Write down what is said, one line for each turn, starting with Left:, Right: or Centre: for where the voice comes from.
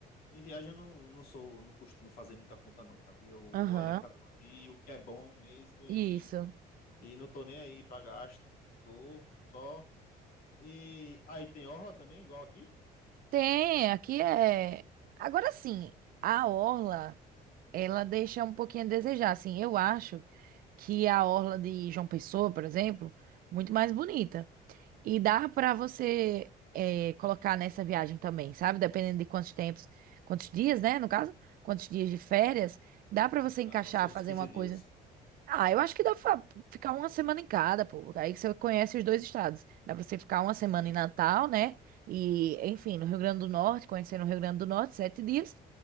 Left: em viagem eu não, não sou, não costumo fazer muita conta não, sabe? Eu
Right: Aham,
Left: vou ali pra curtir o que é bom mesmo e,
Right: isso.
Left: e não tô nem aí pra gasto. Tô só. E aí tem orla também, igual aqui?
Right: Tem, aqui é. Agora sim, a orla, ela deixa um pouquinho a desejar. Assim, eu acho que a orla de João Pessoa, por exemplo, muito mais bonita. E dá pra
Left: Sim.
Right: você eh, colocar nessa viagem também, sabe? Dependendo de quantos tempos, quantos dias, né? No caso, quantos dias de férias, dá pra você encaixar,
Left: Ah, vão ser uns
Right: fazer
Left: 15
Right: uma
Left: dias.
Right: coisa. Ah, eu acho que dá pra fa- ficar uma semana em cada, pô. Aí você conhece os dois estados. Dá pra você ficar uma semana
Left: Sim,
Right: em
Left: sim.
Right: Natal, né? E, enfim, no Rio Grande do Norte, conhecer no Rio Grande do Norte, sete dias.